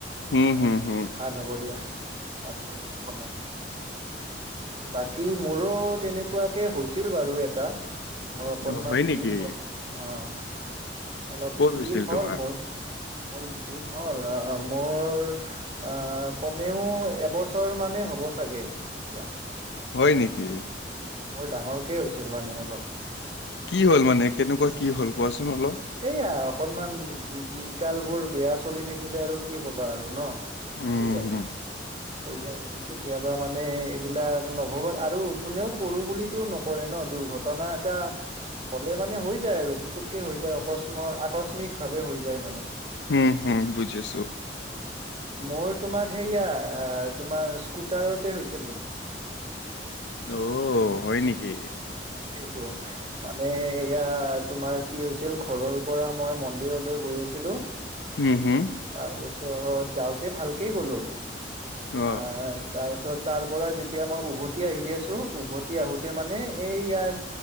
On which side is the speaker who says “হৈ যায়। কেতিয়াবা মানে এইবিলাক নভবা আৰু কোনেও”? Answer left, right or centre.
Right